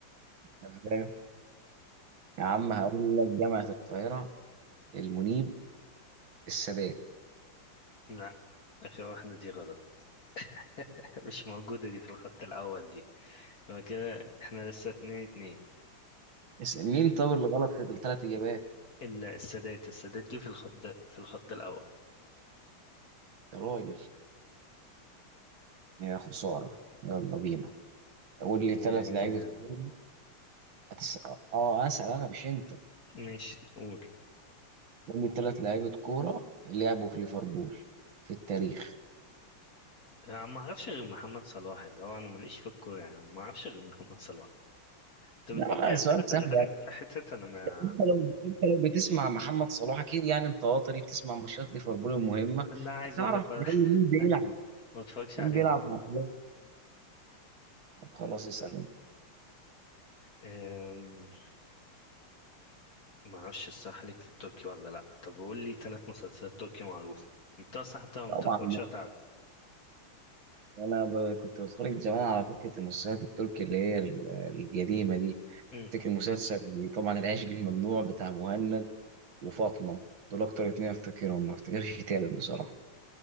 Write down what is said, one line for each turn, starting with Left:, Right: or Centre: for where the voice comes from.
Right: أنت فاهم؟ يا عم هقول لك جامعه القاهره المنيب السادات
Left: لا اخر واحده دي غلط <laughs> مش موجوده دي في الخط الاول دي هو كده احنا لسه اتنين اتنين
Right: الس- مين طب اللي غلط في الثلاث اجابات
Left: ال- السادات السادات دي في الخط في الخط الاول
Right: يا راجل يا خسارة يلا بينا قول لي
Left: آه
Right: ثلاث لعيبة كورة هتس... اه اسأل انا مش انت
Left: مش قول
Right: قول لي ثلاث لعيبة كورة لعبوا في ليفربول في التاريخ
Left: أنا ما أعرفش غير محمد صلاح اللي هو أنا ماليش في الكورة يعني ما أعرفش غير محمد صلاح أنت
Right: لا
Left: بتجيب
Right: لا
Left: لي
Right: سؤال
Left: أسئلة
Right: سهل
Left: خلي بالك
Right: يعني
Left: في حتة أنا ما
Right: انت لو انت لو بتسمع محمد صلاح اكيد يعني انت وطني بتسمع ماتشات ليفربول المهمة
Left: لا عايز
Right: هتعرف
Left: أقول لك
Right: على
Left: ولا
Right: الاقل مين بيلعب
Left: <laughs> ما أتفرجش
Right: مين
Left: عليها
Right: بيلعب
Left: والله
Right: مع فلان طب خلاص اسأل
Left: آم، ما أعرفش الصح ليك في التركي ولا لأ طب قول لي ثلاث مسلسلات تركي معروفة أنت أصلا حتى ما
Right: طبعا
Left: بتتفرجش هتعرف
Right: انا ب- كنت بتفرج زمان على فكرة المسلسلات التركي اللي هي ال- القديمة دي
Left: أمم،
Right: افتكر مسلسل طبعا العشق الممنوع بتاع مهند وفاطمه دول اكتر اتنين افتكرهم ما افتكرش تالت بصراحه